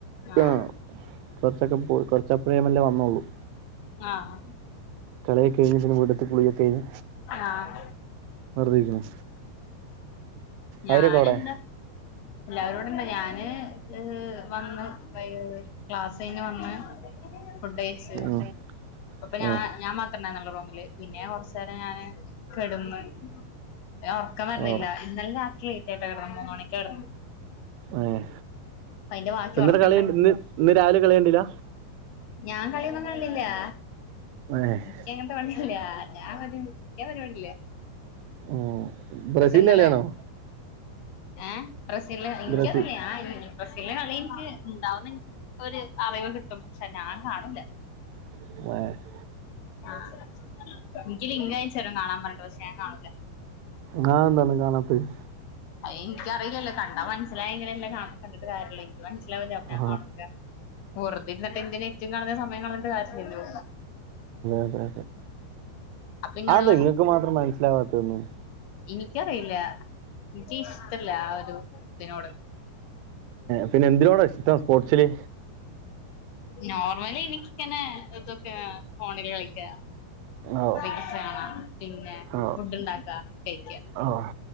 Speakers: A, on the left; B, on the right.
A: ആഹ്
B: അം കുറച്ചൊക്കെ പോയ് കെർച്ചപ്പയെ മെല്ലേ വന്നോളും.
A: ആഹ്...
B: കളിയൊക്കെ കഴിഞ്ഞ് പിന്നെ വീട്ട്ത്തെ കുളിയൊക്കെ കഴിഞ്
A: ആഹ്
B: വെറ്തെ ഇരിക്കുന്നു
A: ഞാനെന്താ?
B: അവരൊക്കെ അവിടെ
A: എല്ലാവരുണ്ട് ഞാന് ഹ് വന്ന് വൈ ക്ലാസെയ്ഞ് വന്ന്. ഫു ഡെയ്ച്ച്
B: ഉം
A: അപ്പൊ ഞാ
B: ആ
A: ഞാൻ മാത്രണ്ടായിരുന്നെള്ളൂ റൂമില് പിന്നെ ഞാകെർച് ന്താണ് ഞാന് കെട്ന്ന് ഞാ ഒർക്കം വര്ന്നില്ല
B: ഓ
A: ന്നലെ രാത്രിയെ. ചെട്ട കിടന്ന് മൂന്ന്മണിക്കെ കെടന്ന്.
B: ഏയ്
A: അയിന്റെ ബാക്കി
B: ന്നിട്ട്
A: ഒറക്കണ്ടായി
B: കളി ഇന്ന് ഇന്ന് രാവിലെ കളികണ്ടീല.
A: ഞാ കളിയെന്നും കാൺലില്ലാ.
B: <unintelligible>
A: ക്കങ്ങൻത്തെ വണ്ടില്ലാ ഞാ വരും ക്കൃപരിപാടില്ലാ.
B: ഉം.... ബ്രസീലിന്റെ
A: പഷെന്നലെ,
B: കളിയാണോ
A: ഏഹ് ബ്രസീൽൻ്റെ കളി
B: ബ്രസീൽ
A: ൻക്കറീല ഞാ ഈ ബ്രസീൽൻ്റെ കളിൻക്ക് ണ്ടാവുമ്പേ ൻ ഒരു അറിവ് കിട്ടും ക്ഷെ ഞാൻ കാണൂല.
B: <unintelligible>
A: ആഹ് നിക്ക്ലിങ്കയച്ചരും കാണാൻ പറഞ്ഞിട്ട് പഷെ ഞാൻ കാണൂല.
B: കാ ന്താണ് കാണാത്തെത്.
A: അയ് ഇൻക്കറീലല്ലോ കണ്ടാ മനസ്സിലായെങ്കിലെല്ലെ കാണാൻ പറഞിട്ട് കാരൃള്ളു ൻക്ക് മൻസ്സിലാവൂല അപ്പ
B: ആ
A: ഞാൻ കാണൂല ഒ റുതെരുന്നിട്ടെന്തിന് റ്റും കളഞ്ഞ് സമയം കളഞിണ്ട് <unintelligible> ലോ.
B: ദാദെ
A: ഇന്നോട്
B: അതെന്തെ ഇങ്ങക്ക് മാത്രം മനസ്സിലാവാത്തത് ന്നു.
A: ഇനിക്കറിയില്ല. ക്കിഷ്ടല്ല ആ ഒരു തിനോട്.
B: പിന്നെന്തിനോടാ ഇഷ്ടം സ്പോർട്സില്.
A: നോർമലി നിക്കിങ്ങനെ ഇതൊക്കെ ഫോണില് കളിക്കാ.
B: ഓഹ്
A: ഗെയിംസ് കാണ പിന്നെ
B: ഓഹ്
A: ഫുഡ് ഉണ്ടാക്കാ കഴിക്കൃ.
B: ഓഹ്